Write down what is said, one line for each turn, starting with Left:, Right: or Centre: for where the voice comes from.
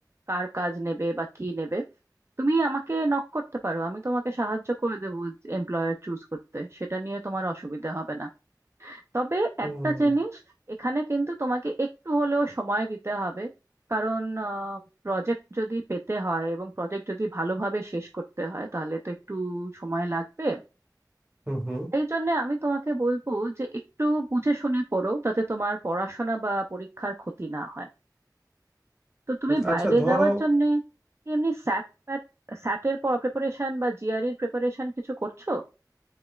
Right: কার কাজ নেবে বা কি নেবে তুমি আমাকে নক করতে পারো আমি তোমাকে সাহায্য করে দেবো এমপ্লয়ার চুজ করতে সেটা নিয়ে তোমার অসুবিধা হবে না তবে
Centre: হুম
Right: একটা জিনিস এখানে কিন্তু তোমাকে একটু হলেও সময় দিতে হবে কারণ প্রজেক্ট যদি পেতে হয় এবং প্রজেক্ট যদি ভালোভাবে শেষ করতে হয় তাহলে তো একটু সময় লাগবে
Centre: হুম হুম
Right: এই জন্য আমি তোমাকে বলবো যে একটু বুঝে শুনে করো যাতে তোমার পড়াশোনা বা পরীক্ষার ক্ষতি না হয় তো তুমি
Centre: হুম।
Right: বাইরে
Centre: আচ্ছা ধরো
Right: যাওয়ার জন্য এমনি স্যাট প্যাট স্যাটের প্রিপারেশন বা জিআরইর প্রিপারেশন কিছু করছো